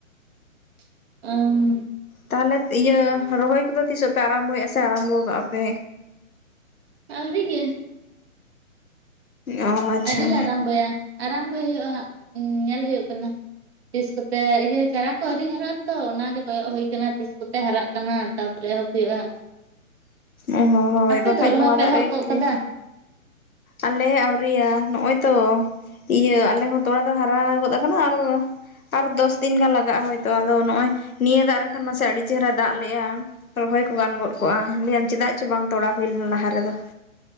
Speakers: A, on the right; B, on the left.
A: <unintelligible>
B: ᱛᱟᱦᱚᱞᱮ ᱤᱭᱟᱹ ᱨᱚᱦᱚᱭ ᱠᱚᱫᱚ ᱛᱤᱥᱚᱜ ᱯᱮ ᱟᱨᱟᱢᱵᱷᱚᱭᱮᱫᱼᱟ ᱥᱮ ᱟᱨᱟᱢᱵᱷᱚ ᱠᱟᱜᱼᱟ ᱯᱮ?
A: ᱟᱣᱨᱤ ᱜᱮ
B: ᱚ ᱟᱪᱪᱷᱟ
A: ᱟᱹᱣᱨᱤ ᱞᱮ ᱟᱨᱟᱢᱵᱚᱭᱟ ᱟᱨᱟᱢᱵᱚᱭ ᱦᱩᱭᱩᱜᱼᱟ ᱦᱟᱸᱜ ᱧᱮᱞ ᱦᱩᱭᱩᱜ ᱠᱟᱱᱟ ᱛᱤᱥᱠᱛᱮ ᱤᱭᱟᱹ ᱪᱟᱨᱟ ᱠᱚ ᱟᱨᱤ ᱦᱟᱨᱟᱜ ᱟᱛᱚ ᱚᱱᱟᱜᱮ ᱠᱚᱭᱚᱜ ᱦᱳᱭ ᱠᱟᱱᱟ ᱛᱤᱥᱠᱛᱮ ᱦᱟᱨᱟᱜ ᱠᱟᱱᱟ ᱛᱟᱯᱚᱨᱮ ᱮᱦᱚᱵ ᱦᱩᱭᱩᱜᱼᱟ
B: ᱚ ᱦᱚᱸ ᱦᱳᱭ
A: ᱟᱯᱮ
B: ᱵᱟᱠᱷᱟᱡ
A: ᱫᱚ ᱨᱚᱦᱚᱭ
B: ᱱᱚᱣᱟ
A: ᱯᱮ
B: ᱫᱟᱜ
A: ᱮᱦᱚᱵ
B: ᱨᱮᱜᱮ
A: ᱜᱚᱫ
B: ᱠᱷᱟᱹᱞᱤ
A: ᱠᱟᱫᱟ?
B: ᱟᱞᱮ ᱟᱹᱣᱨᱤᱭᱟ ᱱᱚᱜᱼᱚᱭ ᱛᱚ ᱤᱭᱟᱹ ᱟᱞᱮ ᱦᱚᱸ ᱛᱚᱲᱟ ᱫᱚ ᱦᱟᱨᱟ ᱜᱚᱫ ᱟᱠᱟᱱᱟ ᱟᱨ ᱟᱨ ᱫᱚᱥᱫᱤᱱ ᱜᱟᱱ ᱞᱟᱜᱟᱜᱼᱟ ᱦᱚᱭᱛᱚ ᱟᱫᱚ ᱱᱚᱜᱚᱭ ᱱᱤᱭᱟᱹ ᱫᱟᱜ ᱨᱮᱠᱷᱟᱱ ᱢᱟᱥᱮ ᱟᱹᱰᱤ ᱪᱮᱦᱨᱟᱭ ᱫᱟᱜ ᱞᱮᱜᱼᱟ ᱨᱚ ᱦᱚᱭ ᱠᱚ ᱜᱟᱱ ᱜᱚᱫ ᱠᱚᱜᱼᱟ ᱞᱟᱹᱭᱟᱢ ᱪᱮᱫᱟᱜ ᱪᱚ ᱵᱟᱝ ᱛᱚᱲᱟ ᱦᱩᱭ ᱞᱮᱱᱟ ᱞᱟᱦᱟ ᱨᱮᱫᱚ